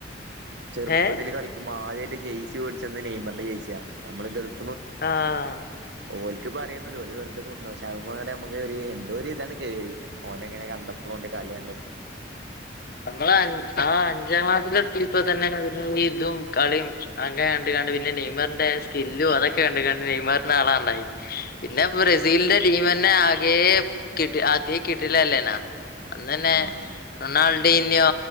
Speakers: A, on the right; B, on the left.
A: ചെറുപ്പത്തില്
B: ഏ
A: കളിക്കും ആദ്യായിട്ട് ജെയ്സി വേടിച്ചന്ന് നെയ്മറിന്റെ ജയ്സിയാ നമ്മള് ഗൾഫ്
B: ആഹ്
A: ഓല്ക്ക്പ അറിയൊന്നുല്ല. ഓല് വെറുതെകൊടുന്നു. പഷെ അയ്മെ ഞമക്ക് ഒരു എന്തോരിതൺ കേറി ഓനങ്ങനെ കണ്ടപ്പൊളും ഓന്റെ കളി കണ്ടപ്പൊളും
B: നമ്മളാ ആഹ് അഞ്ചാം ക്ലാസ്സിലെത്തീപ്പൊതന്നെ അതി ഇതും കളിയും അങ്ങ് കണ്ട് കണ്ട് പിന്നെ നെയ്മറിന്റെ സ്കില്ലും അതൊക്കെ കണ്ട് കണ്ട് നെയ്മറിന്റെ ആളണ്ടായി പിന്നെ ബ്രസീലിന്റെ
A: ആഹ്
B: ടീമെ പിന്നെ ആകേ കിട്ടി ആദ്യേ കിട്ടീലല്ലേനൊ അന്നന്നെ
A: ആഹ്
B: റൊണാൾ പീന്നോ